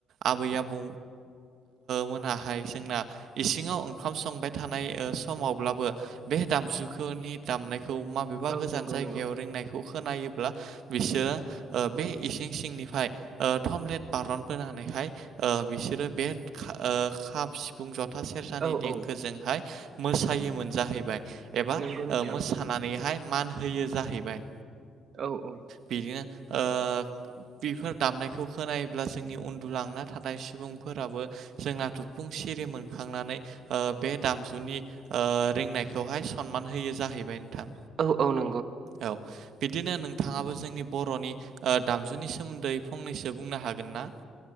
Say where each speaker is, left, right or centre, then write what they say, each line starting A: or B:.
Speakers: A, on the right (about 70°); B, on the right (about 55°).
A: आबै आबौ मोनाहाय जोंना इसिङाव ओंखाम संबाय थानाय ओ समावब्लाबो बे बे दामजुखौनि दामनायखौ माबेबा
B: औ
A: गोजान
B: नंगौ
A: जायगायाव
B: नंगौ
A: रोंनायखौ खोनायोब्ला बिसोरो ओ बे इसिं सिंनिफ्राय ओ थटमलेट बारन बोनानैहाय ओ बिसोरो बे ओ खाम सिफुं जथा सेरजानि
B: औ
A: देंखोजोंहाय
B: औ
A: मोसायोमोन जाहैबाय एबा
B: नंगौ नोंथां
A: ओ मोसानानैहाय मान होयो जाहैबाय
B: औ औ
A: बिदिनो ओ बेफोर दामनायखौ खोनायोब्ला जोंनि उन्दुलांना थानाय सुबुंफोराबो जोंना थुफुं सिरि मोनखांनानै ओ बे दामजुनि ओ रिनायखौहाय सनमान होयो जाहैबाय बेनोथां
B: औ औ न
A: औ बिदिनो नोंथाङाबो जोंनि बर'नि ओ दामजुनि सोमोन्दै फंनैसो बुंनो हागोन ना